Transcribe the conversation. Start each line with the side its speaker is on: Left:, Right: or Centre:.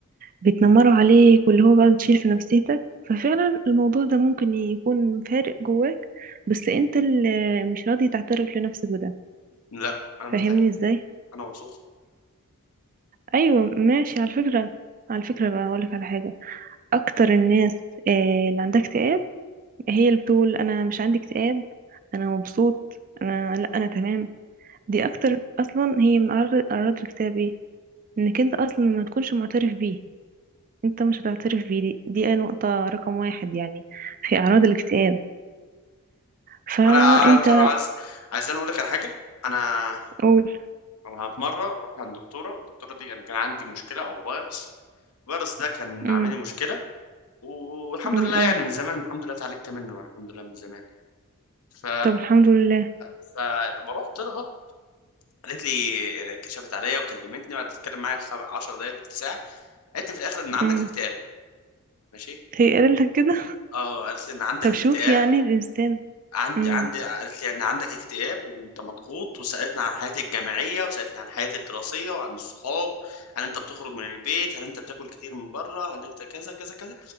Right: بيتنمروا عليك واللي هو بقى بتشيل في نفسيتك ففعلا الموضوع ده ممكن يكون فارق جواك بس انت اللي مش راضي تعترف لنفسك بده
Left: لا انا مرتاح
Right: فاهمني ازاي
Left: انا مبسوط
Right: ايوه ماشي على فكرة على فكرة بقى هقولك على حاجة اكتر الناس آه اللي عندها اكتئاب هي اللي بتقول انا مش عندي اكتئاب انا مبسوط انا لا انا تمام دي اكتر اصلا هي من اعراض اعراض الاكتئاب ايه انك انت اصلا ما تكونش معترف بيه انت مش هتعترف بيه دي, دي نقطة رقم واحد يعني في اعراض الاكتئاب فانت
Left: ما انا عارف انا عايز عايز انا اقول لك على حاجه انا
Right: قول
Left: انا في مره رحت عند دكتوره الدكتوره دي يعني كان عندي مشكله او فيروس الفيروس ده كان
Right: امم
Left: عامل لي مشكله والحمد
Right: امم
Left: لله يعني من زمان الحمد لله اتعالجت منه يعني الحمد لله من زمان يعني. ف
Right: طب الحمد لله
Left: فلما رحت لها قالت لي يعني كشفت عليا وكلمتني وقعدت تتكلم معايا خم... 10 دقائق تلت ساعه قالت لي في الاخر ان عندك
Right: امم
Left: اكتئاب ماشي
Right: هي قالت لك كده
Left: اه قالت لي ان عندك
Right: طب شوف
Left: اكتئاب
Right: يعني الانسان
Left: عندي
Right: امم
Left: عندي قالت لي ان عندك اكتئاب وانت مضغوط وسالتني عن حياتي الجامعيه وسالتني عن حياتي الدراسيه وعن الصحاب هل انت بتخرج من البيت هل انت بتاكل كتير من بره هل انت كذا كذا كذا